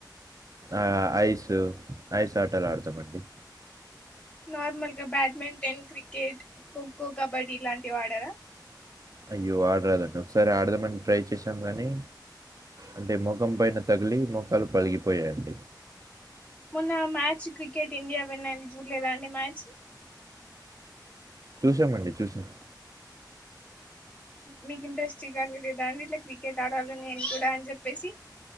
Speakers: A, on the right; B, on the left.
A: ఆ ఐస్ ఐస్ ఆటలాడతమండీ
B: నార్మల్గా బ్యాడ్మింటన్ క్రికెట్ ఖోఖో కబడ్డీ ఇలాంటివాడరా
A: అయ్యో అడమండి ఒకసారి ఆడదామని ట్రై చేశాం కానీ అంటే ముఖం పైన తగిలి ముఖాలు పలిగిపోయాయండి
B: మొన్న ఆ మ్యాచ్ క్రికెట్ ఇండియా విన్నయింది చూడలేదా అండి మ్యాచ్
A: చూశామండి చూశాం
B: మీకు ఇంట్రెస్ట్ ఇగ లేదా అండి ఇట్ల క్రికెట్ ఆడాలి నేను కూడా అని చెప్పేసి